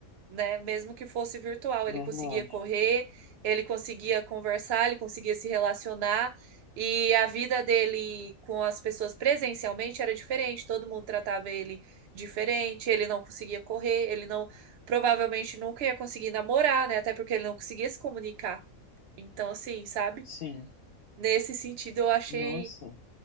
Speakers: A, on the right; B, on the left.
A: né? Mesmo que fosse virtual, ele
B: Verdade.
A: conseguia correr, ele conseguia conversar, ele conseguia se relacionar. E a vida dele com as pessoas presencialmente era diferente, todo mundo tratava ele diferente, ele não conseguia correr, ele não provavelmente nunca ia conseguir namorar, né? Até porque ele não conseguia se comunicar. Então, assim, sabe?
B: Sim.
A: Nesse sentido, eu achei
B: Nossa.